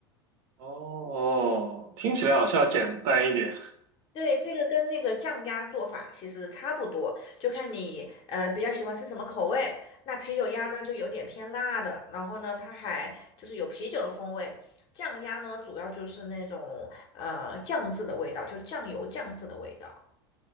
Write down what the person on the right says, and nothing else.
哦，听起来好像要简单一点。